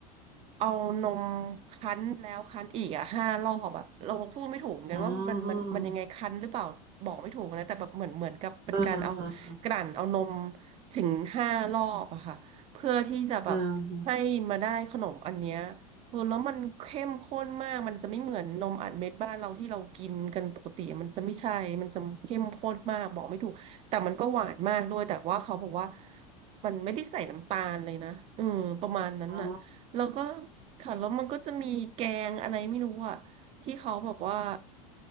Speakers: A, on the right; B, on the right.
A: เอานมคั้นแล้วคั้นอีกอ่ะห้ารอบอ่ะเราพูดไม่ถูกเหมือนกันว่ามันมันมันยังไงคั้นหรือเปล่าบอกไม่ถูกนะแต่แบบเหมือนเหมือนกับเป็นการเอา
B: อ๋ออ่าฮะอ่าฮะ
A: กลั่นเอานมถึงห้ารอบอะค่ะเพื่อที่จะแบบให้มาได้ขนมอันเนี้ย
B: อ่า
A: เออแล้วมันเข้มข้นมากมันจะไม่เหมือนนมอัดเม็ดบ้านเราที่เรากินกันปกติมันจะไม่ใช่มันจะเข้มข้นมากบอกไม่ถูกแต่มันก็หวานมากด้วยแต่ว่าเขาบอกว่ามันไม่ได้ใส่น้ำตาลเลยนะเออประมาณนั้นน่ะ
B: อ๋อ
A: แล้วก็ค่ะแล้วมันก็จะมีแกงอะไรไม่รู้อ่ะที่เขาบอกว่า